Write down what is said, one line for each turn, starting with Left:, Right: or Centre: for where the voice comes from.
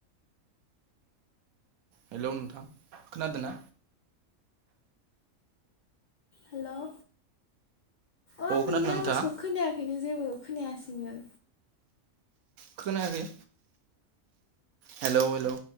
Right: हेलौ नोंथां खोनादों ना
Left: हेल' आं
Right: अ खोनादोंना
Left: नोंनि आवाजखौ
Right: नोंथाङा
Left: खोनायाखैनो जेबो खोनायासैनो
Right: खोनायाखै हेलौ हेलौ